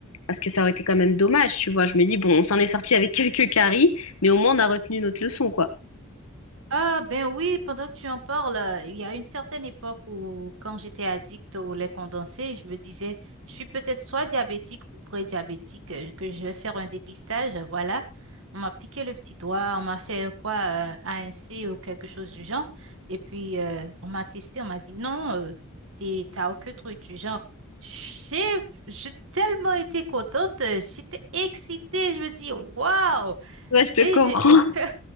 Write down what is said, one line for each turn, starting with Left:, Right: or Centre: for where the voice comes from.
Left: parce que ça aurait été quand même dommage, tu vois. Je me dis, bon, on s'en est sorti avec <laughs> quelques caries, mais au moins on a retenu notre leçon, quoi.
Right: Ah ben oui, pendant que tu en parles, euh, il y a une certaine époque où quand j'étais addict au lait condensé, je me disais, je suis peut-être soit diabétique ou pré-diabétique, euh, que je vais faire un dépistage, euh, voilà. On m'a piqué le petit doigt, on m'a fait euh, quoi, euh, A un c ou quelque chose du genre. Et puis, euh, on m'a testé, on m'a dit, non, euh, t'es- t'as aucun truc du genre. J'ai j'ai tellement été contente, euh, j'étais excitée, je me dis, waouh!
Left: Ouais, je te
Right: Et
Left: comprends.
Right: j'ai <laughs>